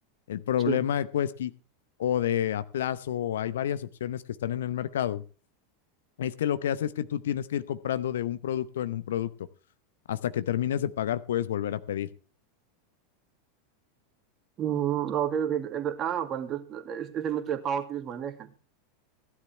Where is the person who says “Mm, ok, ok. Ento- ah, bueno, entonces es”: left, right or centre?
Right